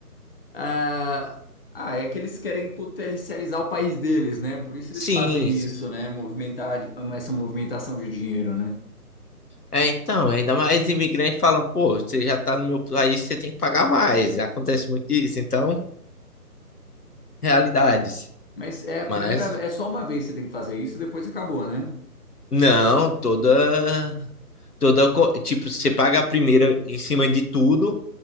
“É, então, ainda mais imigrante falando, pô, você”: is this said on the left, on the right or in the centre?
Left